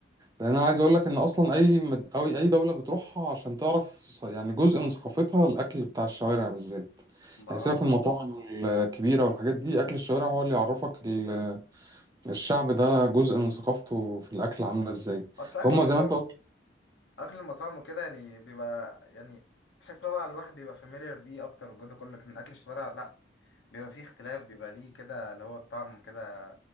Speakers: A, on the right; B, on the left.
A: لان انا عايز اقول لك ان اصلا اي مد... او اي دوله بتروحها عشان تعرف ص- يعني جزء من ثقافتها الاكل بتاع الشوارع بالذات
B: ما
A: يعني سيبك من المطاعم الكبيره والحاجات دي اكل الشوارع هو اللي يعرفك ال- الشعب ده جزء من ثقافته في الاكل عامله ازاي
B: اصل اكل
A: فهم
B: المطاعم
A: زي ما انت قلت
B: اكل المطاعم وكده يعني بيبقى يعني تحس ان هو الواحد بيبقى فاميليار بيه اكتر والجو ده كله لكن اكل الشوارع لا بيبقى فيه اختلاف بيبقى ليه كده اللي هو الطعم كده